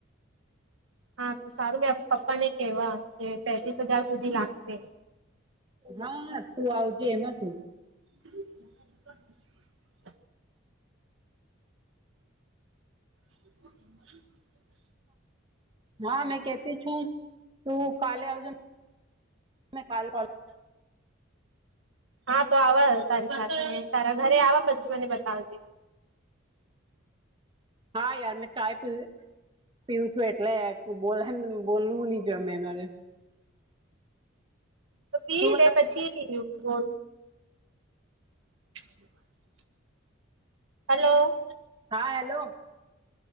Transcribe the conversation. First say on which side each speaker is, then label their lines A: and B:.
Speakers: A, on the right; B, on the right.
A: હા સારું મેં પપ્પાને કેવા કે પંતસ હજાર સુધી લાગશે
B: હા હા તું આવજે એમાં શું
A: <inaudible> હ
B: હા મેં કેતી છું તું કાલે આવજો મે કાલ
A: હા તો આવવા તારી સાથે તારા ઘરે આવવા બછી મને બતાવજે
B: હા યાર મે ચાય પી પીવું છું એટલે બોલ બોલવું નહી જો અમેરે
A: તો પી
B: તું બતાવ
A: લે પછી બો <inaudible> હલો
B: હા હેલો